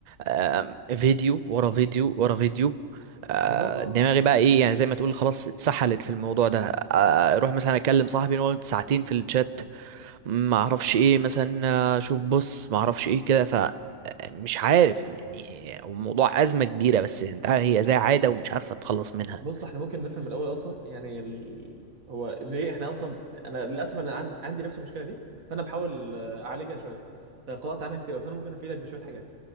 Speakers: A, on the right; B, on the right.
A: آم، فيديو ورا فيديو ورا فيديو آه،
B: بالظبط
A: دماغي بقى ايه يعني زي ما تقول خلاص اتسحلت في الموضوع ده آه، اروح مثلا اكلم صاحبي نقعد ساعتين في الشات ما اعرفش ايه مثلا آه، اشوف بص ما اعرفش ايه كده مش عارف يعني هو الموضوع أزمة كبيرة بس انت عارف هي زي عادة ومش عارفة تتخلص منها
B: بص احنا ممكن نفهم الاول اصلا يعني ال... هو ليه احنا اصلا انا للاسف انا عن... عندي نفس المشكله دي فانا بحاول آه، اعالجها شويه فقرات عنها كتير أوي، فانا ممكن افيدك بشويه حاجات